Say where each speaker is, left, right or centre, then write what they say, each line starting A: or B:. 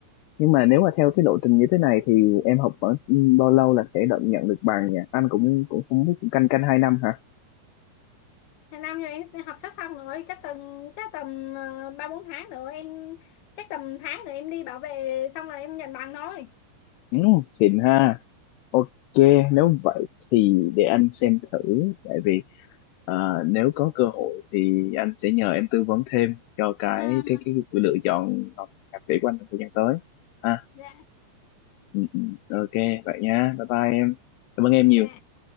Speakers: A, on the left; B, on the left.
A: nhưng mà nếu mà theo cái lộ trình như thế này thì em học khoảng bao lâu là sẽ được nhận được bằng nhỉ anh cũng cũng không biết cũng canh canh hai năm hả
B: Hàng năm rồi em sẽ học sắp xong rồi chắc tầm chắc tầm ờ, ba bốn tháng nữa em chắc tầm tháng nữa em đi bảo vệ xong rồi em nhận bằng thôi
A: ừ, xịn ha Ok, nếu vậy thì để anh xem thử, tại vì à, nếu có cơ hội thì anh sẽ nhờ em tư vấn thêm cho cái
B: ừ
A: cái cái, cái lựa chọn học thạc sĩ của anh trong thời gian tới. À,
B: dạ
A: ừ, ừ, ok, vậy nha, bye bye em, cảm ơn em nhiều.
B: dạ